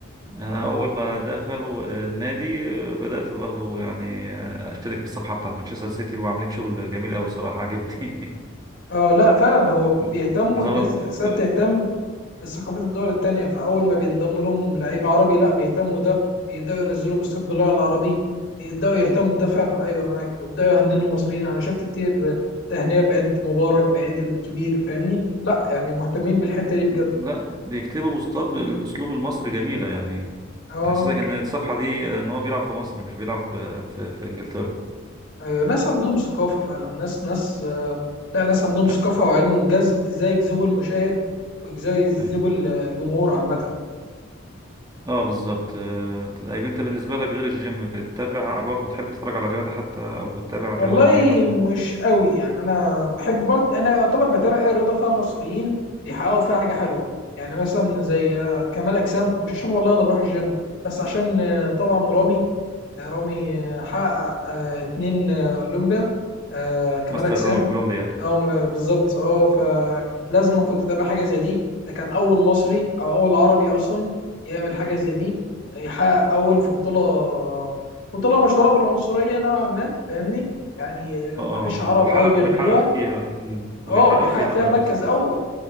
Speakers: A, on the right; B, on the left.
A: انا اول ما دخلوا النادي آه، بدات برضو يعني آه، اشترك في الصفحه بتاعت مانشستر سيتي وعاملين شغل جميل قوي صراحه عجبني
B: اه لا فعلا هو
A: <laughs>
B: بيهتموا
A: نظام
B: الناس
A: ال...
B: دي تحسها
A: ال-
B: بتهتم ثقافات الدول التانية فأول ما بينضم لهم لعيب عربي لا بيهتموا ده بيبدأوا ينزلوا بوستات باللغة العربية يبدأوا يهتموا بده فعلا أيوه معاك وبدأوا يهننوا المصريين أنا شفت كتير تهنئة بعيد مبارك بعيد الكبير فاهمني لا يعني مهتمين بالحتة دي بجد
A: لا بيكتبوا بوستات بالاسلوب المصري جميله يعني
B: اه
A: تحسسك ان الصفحه دي آه، ان هو بيلعب في مصر مش بيلعب في, في, في انجلترا
B: أيوه ناس عندهم ثقافة فعلا ناس ناس آه لا ناس عندهم
A: اه
B: ثقافة وعلم وجذب ازاي يجذبوا المشاهد وازاي يجذبوا
A: أيوة.
B: الجمهور عامة
A: آه، بالظبط آه، طيب انت بالنسبه لك غير الجيم بتتابع برضو تحب تتفرج على رياضه حتى او بتتابع رياضه
B: والله
A: معينه
B: مش قوي يعني انا بحب برضه انا يعتبر بتابع ايه رضا فيها مصريين بيحققوا فيها حاجه حلوه يعني مثلا زي كمال اجسام مش عشان والله انا بروح الجيم بس عشان آه، طبعا رامي آه، رامي آه، حقق آه، اتنين آه، اولمبيا آه، كمال
A: ماستر
B: اجسام
A: اولمبيا
B: اه م- بالظبط اه فلازم كنت اتابع حاجه زي دي ده كان اول مصري او اول عربي اصلا يعمل حاجه زي دي يحقق اول في بطوله بطوله مشهوره بالعنصريه نوعا ما فاهمني يعني
A: اه
B: ما فيش عرب
A: اه ويحقق
B: قوي بياخدوها
A: ويحقق فيها مم. ويحقق
B: اه بيحقق
A: فيها
B: فيها
A: مركز
B: مركز اول